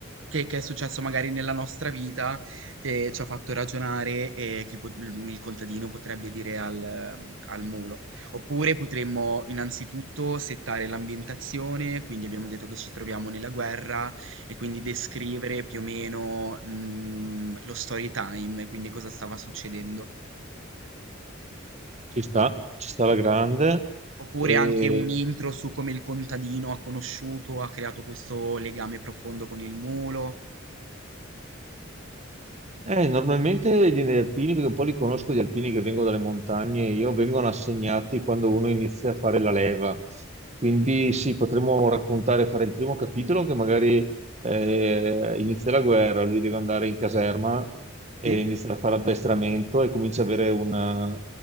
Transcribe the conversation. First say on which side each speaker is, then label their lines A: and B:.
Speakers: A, on the right; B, on the right.
A: che- che è successo magari nella nostra vita, che ci ha fatto ragionare e che po- il il contadino potrebbe dire al, ehm, al mulo. Oppure potremmo innanzitutto settare l'ambientazione, quindi abbiamo detto che ci troviamo nella guerra e quindi descrivere più o meno, mm, lo story time, quindi cosa stava succedendo.
B: ci sta, ci sta alla grande.
A: Oppure
B: E
A: anche un intro su come il contadino ha conosciuto, ha creato questo legame profondo con il mulo.
B: Eh, normalmente gli alpini, perché un po' li conosco gli alpini che vengono dalle montagne, io vengono assegnati quando uno inizia a fare la leva. Quindi sì, potremmo raccontare, fare il primo capitolo che magari eh, inizia la guerra, lui deve andare in caserma e
A: Sì?
B: inizia a fare addestramento e comincia a avere una...